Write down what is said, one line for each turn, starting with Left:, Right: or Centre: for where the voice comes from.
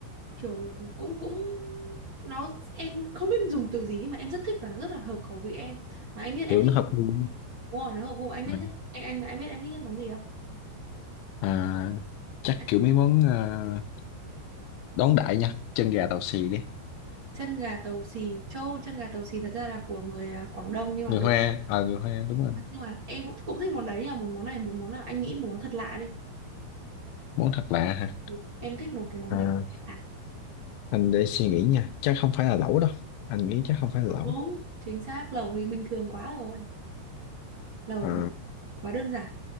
Right: kiểu cũng cũng nó em không biết dùng từ gì nhưng mà em rất thích và nó rất là hợp khẩu vị em mà anh biết
Left: kiểu
Right: em thích
Left: nó hợp gu.
Right: đúng rồi nó hợp gu anh
Left: Ừ.
Right: biết nhất anh anh anh biết em thích nhất món gì không
Left: à, chắc
Right: Anh-
Left: kiểu mấy món à, đón đại nha chân gà tàu xì đi
Right: chân gà tàu xì trâu chân gà tàu xì thật ra là của người à, Quảng Đông nhưng mà
Left: người
Right: đúng
Left: hoa ờ người hoa đúng rồi
Right: nhưng mà em cũng cũng thích món đấy nhưng một món này một món nào anh nghĩ một món thật lạ đi
Left: món thật lạ
Right: Đúng. em thích một cái món
Left: hả
Right: này lạ.
Left: anh để suy nghĩ nha chắc không phải là lẩu đâu anh nghĩ chắc không phải là lẩu
Right: đúng chính xác lẩu thì bình thường quá rồi lẩu
Left: à,
Right: quá đơn giản